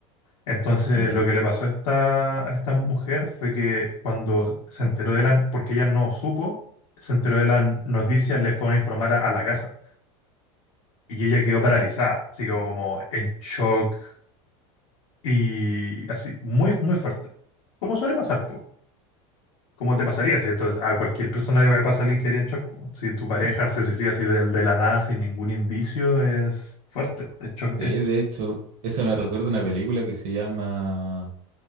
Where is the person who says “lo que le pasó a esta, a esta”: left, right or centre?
Left